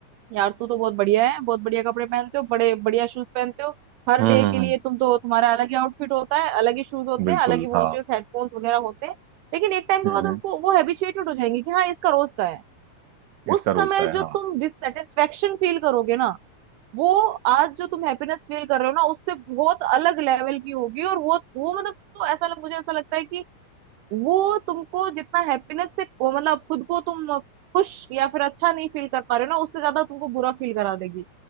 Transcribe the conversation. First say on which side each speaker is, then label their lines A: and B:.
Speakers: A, on the right; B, on the right.
A: यार तू तो बहुत बढ़िया है बहुत बढ़िया कपड़े पहनते हो बड़े बढ़िया शूज पहनते हो हर
B: हम्म
A: डे
B: हम्म
A: के लिए
B: हम्म,
A: तुम तो तुम्हारा अलग ही आउटफिट होता है अलग ही शूज होते
B: बिल्कुल
A: हैं अलग ही वॉचेस
B: हाँ
A: हेडफोन्स वगैरह होते हैं लेकिन एक टाइम के
B: हम्म
A: बाद
B: हम्म
A: उनको वो हैबिचुएटेड हो जाएंगे कि हाँ इसका रोज का है
B: इसका
A: उस
B: रोज
A: समय
B: का है
A: जो
B: हाँ
A: तुम डिससेटिस्फेक्शन फील करोगे ना वो आज जो तुम हैप्पीनेस फील कर रहे हो ना उससे बहुत अलग लेवल की होगी और वो वो मतलब तो ऐसा मुझे ऐसा लगता है कि वो तुमको जितना हैप्पीनेस से वो मतलब खुद को तुम खुश या फिर अच्छा नहीं फील कर पा रहे हो ना उससे ज्यादा तुमको बुरा फील करा देगी